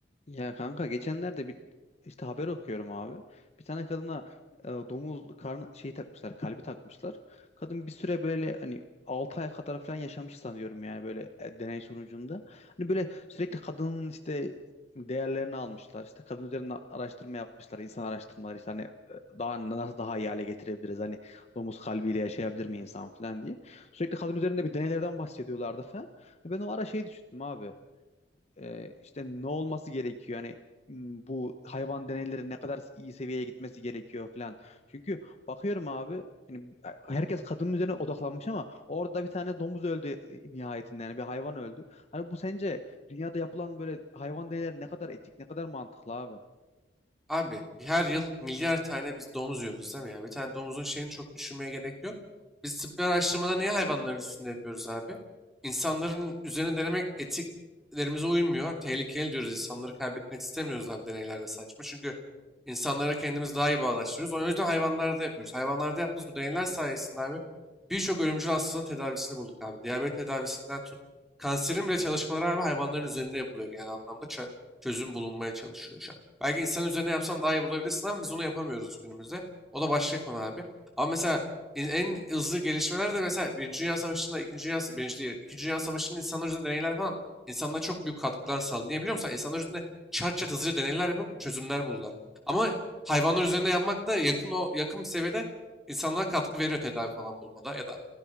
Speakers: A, on the left; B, in the centre.
A: Ya kanka geçenlerde bir işte haber okuyorum abi. Bir tane kadına e, domuz karnı şeyi takmışlar, kalbi takmışlar. Kadın bir süre böyle hani 6 ay kadar falan yaşamış sanıyorum yani böyle e, deney sonucunda. Hani böyle sürekli kadının işte değerlerini almışlar. İşte kadın üzerine araştırma yapmışlar, insan araştırmaları işte hani e, daha nasıl daha iyi hale getirebiliriz? Hani domuz kalbiyle yaşayabilir mi insan falan diye. Sürekli kadın üzerinde bir deneylerden bahsediyorlardı falan. Ben o ara şey düşündüm abi e, işte ne olması gerekiyor? Yani m, bu hayvan deneyleri ne kadar iyi seviyeye gitmesi gerekiyor falan. Çünkü bakıyorum abi yani herkes kadının üzerine odaklanmış ama orada bir tane domuz öldü e, nihayetinde yani bir hayvan öldü. Hani bu sence dünyada yapılan böyle hayvan deneyleri ne kadar etik, ne kadar mantıklı abi?
B: Abi her yıl milyar tane biz domuz yiyoruz değil mi ya? Bir tane domuzun şeyini çok düşünmeye gerek yok. Biz tıbbi araştırmaları niye hayvanların üstünde yapıyoruz abi? İnsanların üzerine denemek etiklerimize uymuyor. Tehlikeli diyoruz. İnsanları kaybetmek istemiyoruz abi deneylerde saçma. Çünkü insanlara kendimiz daha iyi bağdaştırıyoruz. O yüzden hayvanlarda yapıyoruz. Hayvanlarda yaptığımız bu deneyler sayesinde abi birçok ölümcül hastalığın tedavisini bulduk abi. Diyabet tedavisinden tut. Kanserin bile çalışmaları abi hayvanların üzerinde yapılıyor genel anlamda. Ç- çözüm bulunmaya çalışıyor şu an. Belki insan üzerine yapsan daha iyi bulabilirsin ama biz onu yapamıyoruz günümüzde. O da başka konu abi. Ama mesela in- en hızlı gelişmeler de mesela Birinci Dünya Savaşı'nda, İkinci Dünya, Birinci değil, İkinci Dünya Savaşı'nın insanlar üzerinde deneyler falan insanlara çok büyük katkılar sağladı. Niye biliyor musun? İnsanlar üzerinde çat çat hızlıca deneyler yapıp çözümler buldular. Ama hayvanlar üzerinde yapmak da yakın o yakın seviyede insanlara katkı veriyor tedavi falan bulmada ya da